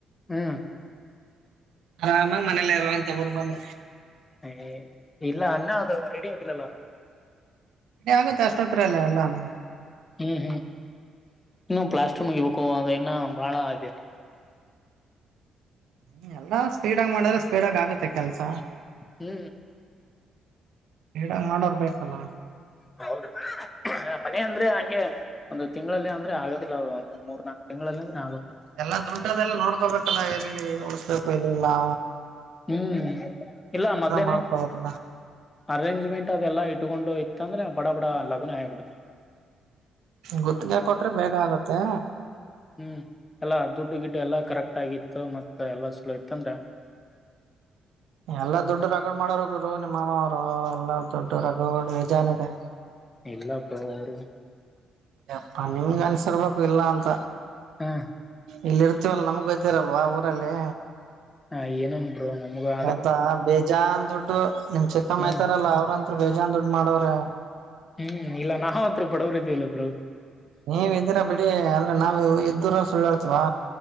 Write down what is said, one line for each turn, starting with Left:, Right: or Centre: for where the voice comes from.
Left: ಹ್ಮ್
Right: ಆರಾಮಾಗಿ ಮನೇಲ್ಲ ಇರುವಂತಿ ಉರ ಬಂದ್ರೆ.
Left: ಏ ಇಲ್ಲ ಅನ್ನ ಅದು ರೆಡಿ ಆಗಿಲ್ಲಲ್.
Right: ಏ ಆಗುತ್ತ ಅಷ್ಟ ಹತ್ರಲೆ ಎಲ್ಲಾನು.
Left: ಹ್ಮ್ ಹ್ಮ್ ಇನ್ನು ಪ್ಲಾಸ್ಟರ್ ಮುಗಿಬೇಕು ಅದ ಇನ್ನ ಬಾಳ ಅದ ಏನೋ.
Right: ಹ್ಮ ಎಲ್ಲಾ ಸ್ಪೀಡ್ ಆಗಿ ಮಾಡಿದ್ರೆ ಸ್ಪೀಡ್ ಆಗಿ ಆಗುತ್ತೆ ಕೆಲ್ಸ.
Left: ಹ್ಮ್
Right: ಸ್ಪೀಡಾಗ ಮಾಡೋರ್ ಬೇಕಲ್ಲ.
Left: ಹೌದು ಮನೆ ಅಂದ್ರೆ ಹಂಗೆ ಒಂದು ತಿಂಗಳಲ್ಲಿ ಅಂದ್ರೆ ಆಗೋದಿಲ್ಲ ಅದು ಒಂದ ಮೂರ್ನಾಕ್ ತಿಂಗಳಲ್ಲಿ ಅಂದ್ರೆ ಆಗುತ್ತ
Right: ಎಲ್ಲಾ ದುಡ್ಡದಲ್ಲ ನೋಡ್ಕೋಬೇಕಲ್ಲ ಎಲ್ಲಿ ಉಳಸ್ಬೇಕು ಎಲ್ಲಿಲ್ಲಾ
Left: ಹ್ಮ್ ಇಲ್ಲ ಮೊದ್ಲೇನೆ
Right: ಮಾಡ್ಕೋಬೇಕಲ್ಲ
Left: ಅರೇಂಜ್ಮೆಂಟ್ ಅದೆಲ್ಲ ಇಟ್ಕೊಂಡು ಇತ್ತ ಅಂದ್ರೆ ಬಡ ಬಡ ಲಗುನೆ ಆಗ್ಬಿಡ್ತದ.
Right: ಗುತ್ಗೆ ಕೊಟ್ರೆ ಬೇಗ ಆಗತ್ತೆ.
Left: ಹ್ಮ್ ಎಲ್ಲಾ ದುಡ್ಡು ಗಿಡ್ ಎಲ್ಲಾ ಕರೆಕ್ಟಾಗಿತ್ತು ಮತ್ತ ಎಲ್ಲಾ ಚೋಲೋ ಇತ್ತ ಅಂದ್ರೆ
Right: ಎಲ್ಲಾ ದುಡ್ಡು ರಗಡ ಮಾಡೋರ್ ಗುರು ನಿಮ್ಮ ಮಾಮವರು ಎಲ್ಲಾ ದುಡ್ಡು ರಗಡ ಬೇಜಾನಿದೆ.
Left: ಇಲ್ಲಪ್ಪ ಅವರು
Right: ಎಪ್ಪಾ ನಿಮ್ಗ ಅನ್ಸಿರ್ರ್ಬೇಕು ಇಲ್ಲ ಅಂತ.
Left: ಹಾ
Right: ಇಲ್ಲಿ ಇರ್ತೀವಲ್ಲ ನಮ್ಗ್ ಗೊತ್ತಿರಲ್ವಾ ಊರಲ್ಲಿ?
Left: ಹಾ ಏನೇನೋ <inaudible>
Right: <unintelligible> ಬೇಜಾನ್ ದುಡ್ಡು ನಿಮ್ ಚಿಕ್ಕಮ್ಮ
Left: ಹ್ಮ್
Right: ಇದಾರಲ್ಲಾ ಅವ್ರಂತ್ರು ಬೇಜಾನ್ ದುಡ್ಡ ಮಾಡವ್ರೆ.
Left: ಹ್ಮ್ ಇಲ್ಲ ನಾವ ಅಂತ್ರು ಬಡುವ್ರಿದಿವಲ್ಲ ಬ್ರೊ.
Right: ನೀವ ಇದ್ದೀರಾ ಬಿಡಿ ಆದ್ರೆ ನಾವು ಇದ್ದುರ ಸುಳ್ ಹೇಳ್ತಿವಾ?